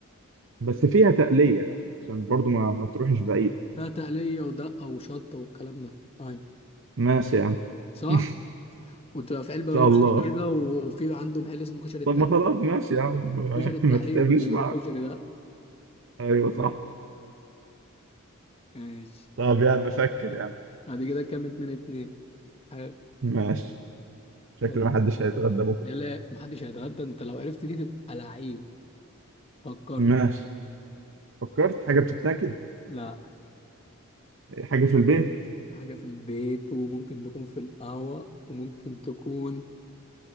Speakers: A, on the right (about 60°); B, on the left (about 25°).
A: بس فيها تقليه يعني عشان برضو ما, ما تروحش بعيد
B: فيها تقلية ودقة وشطة والكلام ده أيوة
A: ماشي يا عم
B: صح؟
A: <laughs>
B: وتبقى
A: ان
B: في علبه
A: شاء
B: بلاستيك
A: الله
B: كده و- وفي عندهم محل اسمه كشري التحرير
A: طب ما خلاص ماشي يا عم <laughs>
B: كشري التحرير
A: ما تتعبنيش
B: اللي بيبيع
A: معك
B: الكشري ده
A: ايوه صح
B: ماشي
A: طب يا عم فكر يا عم
B: بعد كده كام اتنين اتنين حلو
A: ماشي شكل
B: فك-
A: ما حدش هيتغدى بكره
B: يا لا محدش هيتغدى انت لو عرفت دي تبقى لعيب فكرت
A: ماشي فكرت حاجه بتتاكل
B: لا
A: حاجه في البيت
B: حاجه في البيت وممكن تكون في القهوه وممكن تكون